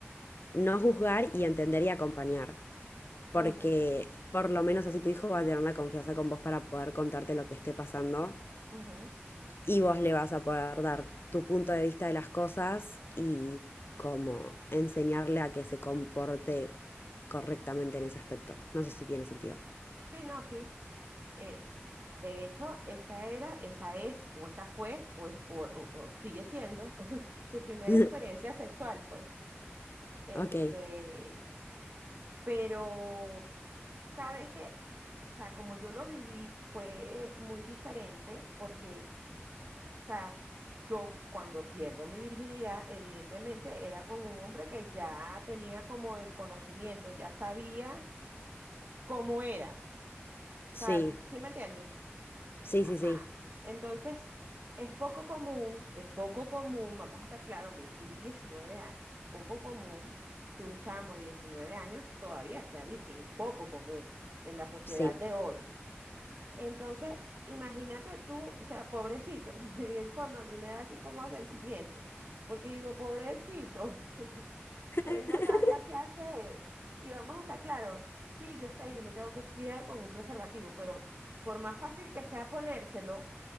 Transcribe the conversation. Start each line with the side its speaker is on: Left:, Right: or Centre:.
Left: no juzgar y entender y acompañar, porque
Right: ujú,
Left: por lo menos así tu hijo va a tener la confianza con vos para poder contarte lo que esté pasando
Right: ujú.
Left: y vos le vas a poder dar tu punto de vista de las cosas y como enseñarle a que se comporte correctamente en ese aspecto. No sé si tiene sentido.
Right: Sí, no, sí. Eh, de hecho, esa era, esa es, o esa fue, o, es- o- o- o sigue siendo <laughs> su primera
Left: <laughs>
Right: experiencia sexual, pues. Este,
Left: Ok,
Right: pero, ¿sabes qué? O sea, como yo lo viví, fue muy diferente porque, o sea, yo cuando pierdo mi virginidad, evidentemente era con un hombre que ya tenía como el conocimiento, ya sabía cómo era. O
Left: sí,
Right: sea, ¿sí me entiendes?
Left: sí,
Right: Ajá.
Left: sí, sí,
Right: Entonces, es poco común, es poco común, vamos a estar claros, mi hijo tiene 19 años, poco común que un chamo de 19 años todavía sea virgen, es poco común en la sociedad
Left: sí.
Right: de hoy. Entonces, imagínate tú, o sea, pobrecito, <laughs> en el fondo a mí me da así como sentimiento, porque yo digo, pobrecito,
Left: <laughs>
Right: él no sabía qué hacer. Y vamos a estar claros, sí, yo sé, yo me tengo que cuidar con un preservativo, pero por más fácil que sea ponérselo,